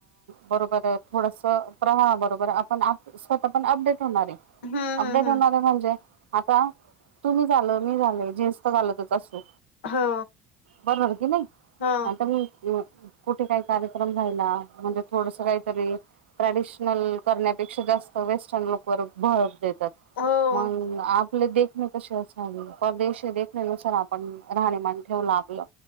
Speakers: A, on the right; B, on the left.
A: बरोबर, थोडसं प्रवाहा बरोबर आपण स्वतः पण अपडेट होणारे,
B: हम्म
A: अपडेट
B: हम्म हम्म
A: होणारे म्हणजे आता तुम्ही झालं, मी झाल, जीन्स तर घालतच असू.
B: हो
A: बरोबर की नाही?
B: हो
A: <unintelligible> मी कुठे काही कार्यक्रमला राहिला, म्हणजे थोडस काहीतरी ट्रॅडिशनल करण्यात ते जास्त वेस्टन लूकवर भर देतात.
B: हो
A: मग आपले दे कशी असावी. परदेश देखण्यानुसार आपण राहणीमान ठेवलं आपलं